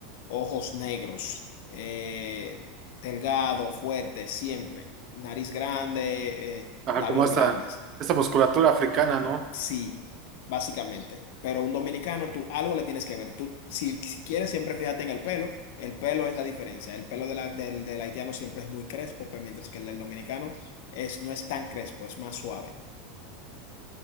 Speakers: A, on the left; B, on the right.
A: ojos negros, eh, delgado, fuerte, siempre, nariz grande, eh,
B: Ajá,
A: labios
B: como esta,
A: grandes.
B: esta musculatura africana, ¿no?
A: Sí, básicamente. Pero un dominicano, tú algo le tienes que ver. Tú, si, si quieres, siempre fíjate en el pelo. El pelo es la diferencia. El pelo de la- del, del haitiano siempre es muy crespo, pues, mientras que el del dominicano es, no es tan crespo, es más suave.